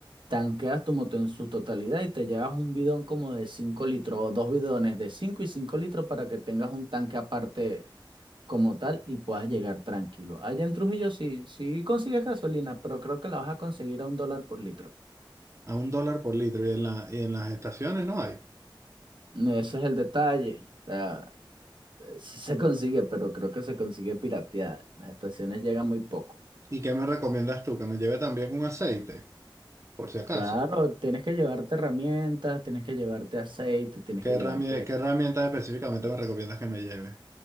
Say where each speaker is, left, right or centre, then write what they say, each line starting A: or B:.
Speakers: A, on the right (about 70°); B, on the right (about 35°).
A: Tanqueas tu moto en su totalidad y te llevas un bidón como de 5 litros o dos bidones de 5 y 5 litros para que tengas un tanque aparte como tal y puedas llegar tranquilo. Allá en Trujillo sí, sí consigues gasolina, pero creo que la vas a conseguir a un dólar por litro.
B: a un dólar por litro, y en la, y en las estaciones no hay.
A: Ese es el detalle. O sea, eh, sí se consigue, pero creo que se consigue pirateada. Las estaciones llegan muy poco.
B: ¿Y qué me recomiendas tú? ¿Que me lleve también un aceite, por si acaso?
A: Claro, tienes que llevarte herramientas, tienes que llevarte aceite, tienes
B: ¿Qué
A: que
B: herramienta,
A: llevarte
B: qué herramienta específicamente me recomiendas que me lleve?